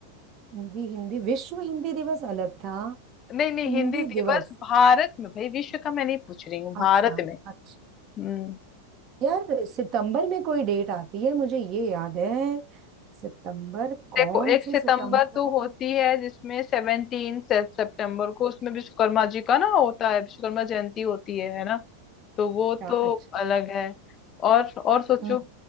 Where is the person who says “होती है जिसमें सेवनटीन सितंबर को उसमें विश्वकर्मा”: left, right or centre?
Left